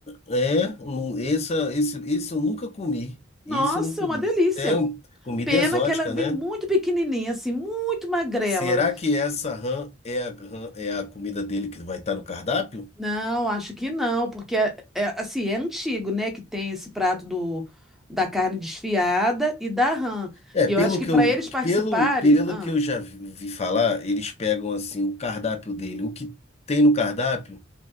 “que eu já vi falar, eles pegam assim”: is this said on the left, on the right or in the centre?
Left